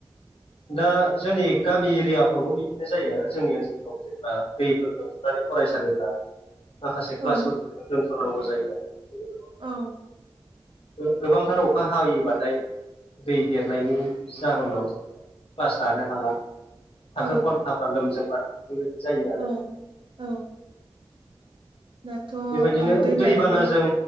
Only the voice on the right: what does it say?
औ
औ।
औ
औ
औ दाथ' ओ
देग्लायथ'